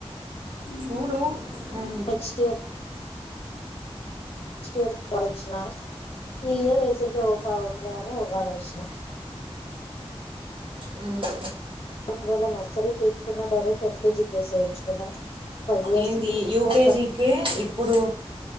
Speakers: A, on the right (about 55°); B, on the left (about 50°).
A: చూడు ఉ
B: నెక్స్ట్ స్టేత్ ఆలోచనా ఈ ఇయర్ వేసించె ఓ బాగున్నాను అని ఉగాళ వేసిన
A: ఉ
B: ఒకవేళ నర్సరీ కేకు పోయిన డైరెక్ట్ ఎల్ కేజీ కేసేయొచ్చు కదా ఫైవ్ ఇయర్స్
A: ఏంది
B: కి
A: యూకేజీ
B: ఫోర్ కం
A: కే ఇప్పుడు